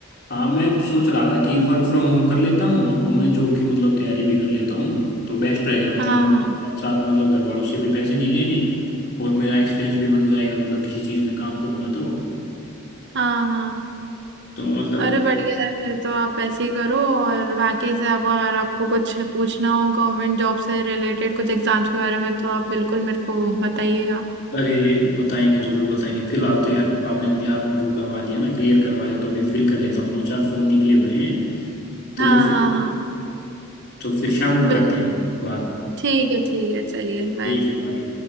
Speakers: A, on the left (about 55°); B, on the right (about 60°).
A: हाँ मैं सोच रहा था कि वर्क फ्रॉम होम कर लेता हूँ और गवर्नमेंट जॉब की मतलब तैयारी भी कर लेता हूँ तो बेस्ट रहेगा मतलब
B: हाँ
A: मेरे साथ मतलब घर वालों से भी पैसे नहीं लेने और मेरा एक्सपीरियंस भी बन जाएगा मतलब किसी चीज़ में काम करूँगा तो
B: हाँ हाँ
A: तो मतलब
B: अरे बढ़िया है फिर तो आप ऐसे ही करो और बाकी से अब अगर आपको कुछ पूछना हो गवर्नमेंट जॉब से रिलेटेड कुछ एग्जाम्स के बारे में तो आप बिल्कुल मेरे को बताइएगा
A: अरे बताएंगे ज़रूर बताएंगे फिलहाल तो यार आपने याद वो करवा दिया ना क्लियर करवा दिया तो अभी फिल कर लेता हूँ दो चार फॉर्म निकले हुए हैं तो
B: हाँ
A: वो फिल
B: हाँ हाँ
A: तो फिर शाम को करते
B: बिल्कुल
A: हैं बात
B: ठीक है ठीक है चलिए बाय
A: ठीक है भाई